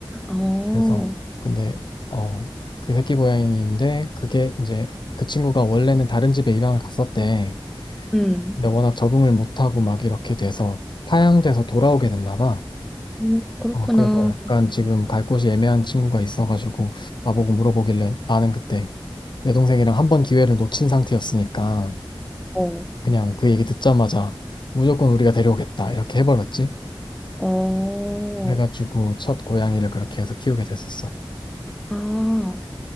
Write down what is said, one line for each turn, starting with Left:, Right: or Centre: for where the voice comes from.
Centre: 어,
Left: 그래서 근데 어 그 새끼 고양이인데 그게 이제 그 친구가 원래는 다른 집에 입양을 갔었대.
Centre: 응,
Left: 근데 워낙 적응을 못하고 막 이렇게 돼서 파양돼서 돌아오게 됐나 봐.
Centre: 음, 그렇구나.
Left: 어, 그래서 약간 지금 갈 곳이 애매한 친구가 있어가지고 나보고 물어보길래 나는 그때 내 동생이랑 한 번 기회를 놓친 상태였으니까
Centre: 어,
Left: 그냥 그 얘기 듣자마자 무조건 우리가 데려오겠다 이렇게 해버렸지.
Centre: 어,
Left: 그래가지고 첫 고양이를 그렇게 해서 키우게 됐었어.
Centre: 아.